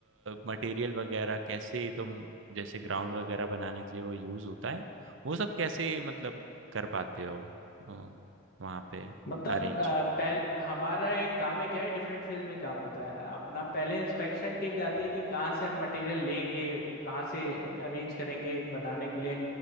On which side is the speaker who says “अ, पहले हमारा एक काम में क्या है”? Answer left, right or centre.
Left